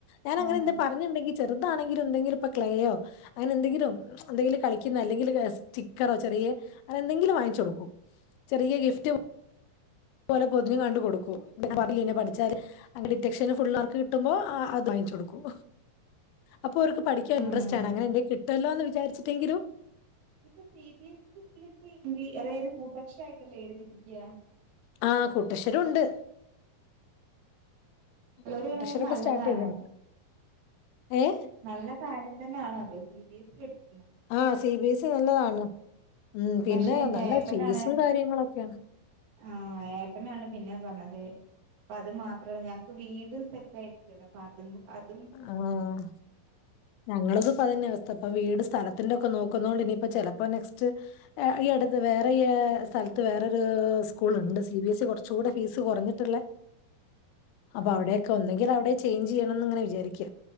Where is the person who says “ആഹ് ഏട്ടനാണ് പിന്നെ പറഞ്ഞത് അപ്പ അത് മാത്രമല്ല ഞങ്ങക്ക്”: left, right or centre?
Right